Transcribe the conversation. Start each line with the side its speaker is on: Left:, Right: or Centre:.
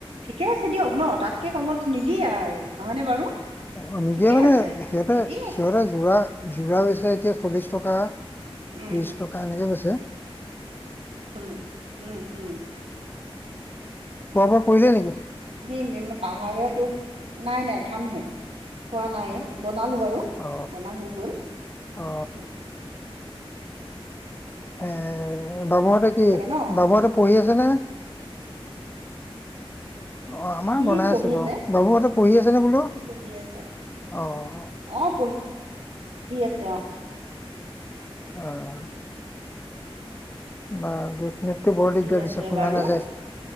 Right: ঠিকে আছে দিয়ক ন তাতকে কমত নিদিয়ে আৰু নহয়নে বাৰু?
Left: অ নিদিয়ে
Right: ঠিকে
Left: মানে
Right: আছে
Left: সিহঁতে
Right: নিদিয়ে
Left: সিহঁতে যোৰা যোৰা লৈছে এতিয়া চল্লিশ টকা,
Right: উম
Left: ত্ৰিশ টকা এনেকে গৈছে।
Right: উম উম উম।
Left: খোৱা-বোৱা কৰিলে নেকি?
Right: খিনি পাহাৰতো নাই নাই খামহে খোৱা নাই বনালো বাৰু।
Left: অ
Right: বনাই হৈ গল,
Left: অ
Right: উম।
Left: এ বাবুহঁতে। কি
Right: চাগে ন
Left: বাবুহতে পঢ়ি আছে নে? অ আমাৰ
Right: সি
Left: বনাই
Right: পঢ়িছে
Left: আছে বাৰু বাবুহঁতে পঢ়ি আছে নে বোলো
Right: সি পঢ়ি আছে।
Left: অ
Right: অঁ পঢ়ি আছে অঁ।
Left: অঁ অঁ। বা নেটৱৰ্কটো বৰ
Right: ঠিকে
Left: দিগদাৰ
Right: আছে
Left: দিছে শুনা
Right: বাৰু
Left: নাযায়।